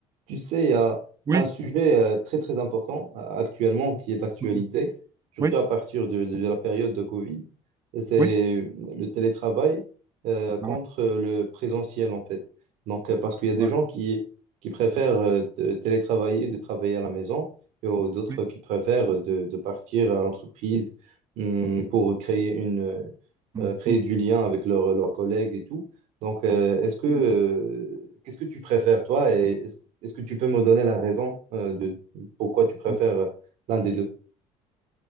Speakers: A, on the right (about 70°); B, on the right (about 25°).
A: Tu sais, il y a
B: Oui,
A: un sujet euh, très très important euh, actuellement qui est d'actualité,
B: mm,
A: surtout
B: oui,
A: à partir de, de la période de Covid, c'est
B: oui,
A: le télétravail euh, contre
B: ah ouais,
A: le présentiel en fait. Donc euh, parce qu'il y a des
B: ouais,
A: gens qui, qui préfèrent euh, de télétravailler, de travailler à la maison, et au- d'autres
B: oui.
A: qui préfèrent de, de partir à l'entreprise hum, pour créer une
B: mm,
A: euh, créer
B: mm,
A: du lien avec leurs leurs collègues et tout. Donc, euh, est-ce que euh,
B: mm,
A: qu'est-ce que tu préfères toi et est-ce que tu peux me donner la raison euh, de pourquoi tu préfères
B: mm.
A: euh, l'un des deux?